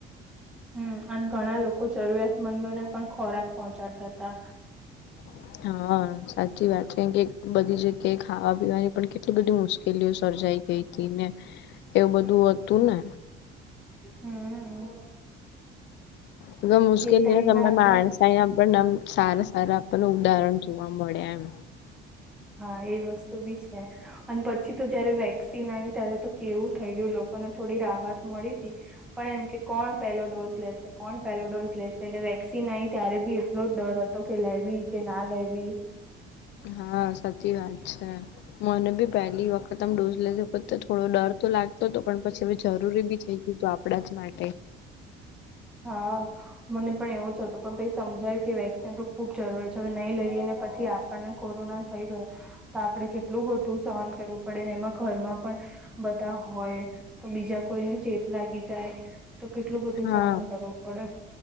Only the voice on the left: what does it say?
<inaudible> હા સાચી વાત છે કે બધી જગ્યાએ ખાવા પીવાની પણ કેટલી બધી મુશ્કેલીઓ સર્જાઈ ગઈ ને એવું બધું હતું ને
હવે મુશ્કેલીને
તમે
માણસ તયા પણ સારા સારા આપણનું ઉદાહરણ જોવા મળે એમ
હા સાચી વાત છે. મને ભી પહેલી વખતમ ડોઝ લેતે થોડો ડર તો લાગ તોતો પણ પછી હવે જરૂરી બી થઈ ગય તો આપણા જ માટે
હા